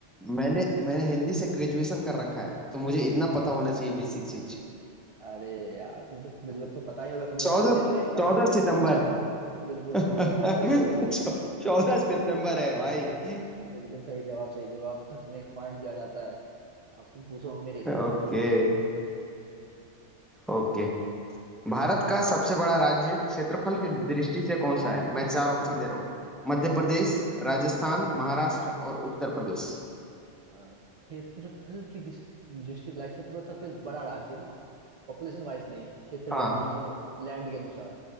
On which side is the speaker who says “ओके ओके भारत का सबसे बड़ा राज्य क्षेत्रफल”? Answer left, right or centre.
Centre